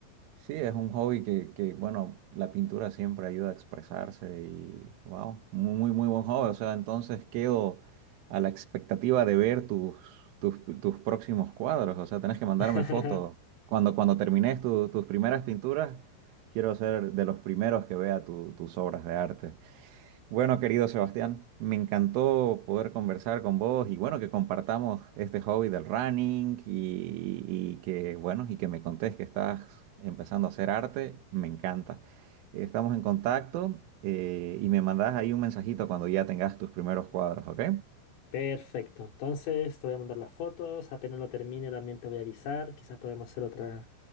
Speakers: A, on the right (about 75°); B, on the left (about 85°).
A: Sí, es un hobby que, que, bueno, la pintura siempre ayuda a expresarse y, wow, muy, muy, muy buen hobby. O sea, entonces quedo a la expectativa de ver tus, tus, tus próximos cuadros. O sea, tenés que mandarme
B: <laughs>
A: fotos. Cuando, cuando termines tu- tus primeras pinturas, quiero ser de los primeros que vea tu- tus obras de arte. Bueno, querido Sebastián, me encantó poder conversar con vos y bueno, que compartamos este hobby del running y, y que bueno, y que me contés que estás empezando a hacer arte, me encanta. Estamos en contacto eh, y me mandás ahí un mensajito cuando ya tengas tus primeros cuadros, ¿ok?
B: Perfecto, entonces te voy a mandar las fotos, apenas lo termine también te voy a avisar, quizás podemos hacer otra,